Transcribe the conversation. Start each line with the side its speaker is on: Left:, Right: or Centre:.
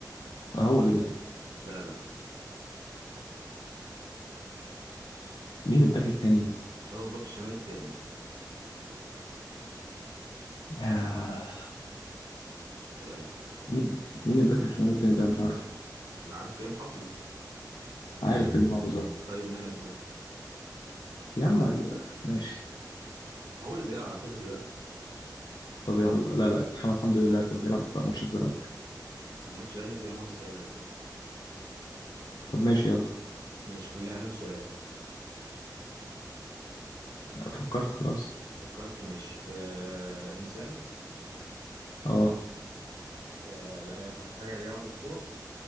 Left: هو اللي بيلعب
Right: لا لا
Left: مين الباك التاني ده؟
Right: هو باك الشمال التاني بقى
Left: آه.
Right: بس، ايه رايك
Left: مين مين الباك الشمال التاني ده مش عارف
Right: ما عارف كريم حافظ
Left: عارف كلمة محافظ أهو.
Right: طيب مالك بقى
Left: يا عم ماشي
Right: هو اللي بيلعب على فكره دلوقتي
Left: طب يلا لا لا محمد حمدي هو اللي كان بيلعب بقى ماتش الزمالك
Right: ماتش الاهلي كريم حافظ تقريبا اللي كان لعبه
Left: طب ماشي يلا
Right: ماشي خلينا اخر سؤال
Left: فكرت خلاص
Right: فكرت ماشي آه انسان
Left: اه
Right: آه لع- حاجه ليها علاقه بالكوره